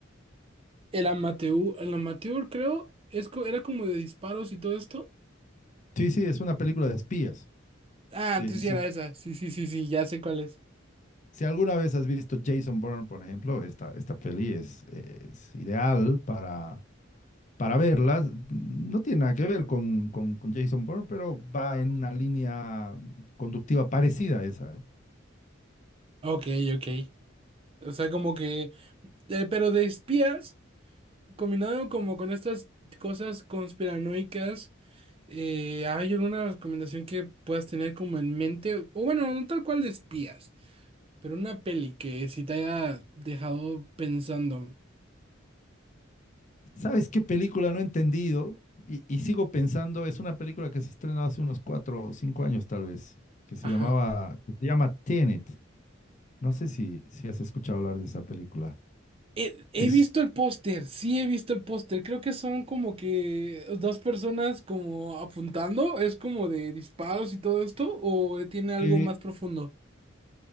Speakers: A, on the right; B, on the left.
A: El Amateur, El Amateur, creo, es, co- era como de disparos y todo esto.
B: Sí, sí, es una película de espías.
A: Ah, entonces
B: Eh, sí.
A: sí era esa, sí, sí, sí, sí, ya sé cuál es.
B: Si alguna vez has visto Jason Bourne, por ejemplo, esta, esta peli es, es ideal para, para verla. No tiene nada que ver con, con, con Jason Bourne, pero va en una línea conductiva parecida a esa. ¿eh?
A: Ok, ok. O sea, como que, eh, pero de espías, combinado como con estas cosas conspiranoicas Eh, ¿hay alguna recomendación que puedas tener como en mente? O bueno, no tal cual de espías, pero una peli que sí te haya dejado pensando.
B: ¿Sabes qué película no he entendido? Y, y sigo pensando, es una película que se estrenó hace unos cuatro o cinco años tal vez, que se
A: Ajá.
B: llamaba, que se llama Tenet. No sé si, si has escuchado hablar de esa película.
A: He, he
B: Es,
A: visto el póster, sí he visto el póster. Creo que son como que dos personas como apuntando. Es como de disparos y todo esto, o tiene algo
B: eh,
A: más profundo.